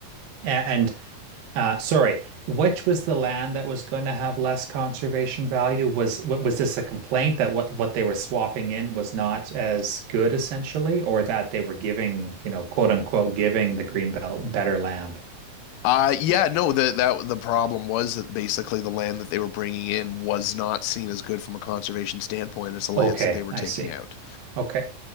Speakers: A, on the right; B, on the left.
A: and uh, sorry, which was the land that was going to have less conservation value? Was wa- was this a complaint that what what they were swapping in was not as good, essentially, or that they were giving, you know, quote unquote, giving the greenbelt better land?
B: Uh, yeah, no, the that the problem was that basically the land that they were bringing in was not seen as good from a conservation standpoint as the lands
A: Okay,
B: that they were
A: I
B: taking
A: see.
B: out.
A: Okay.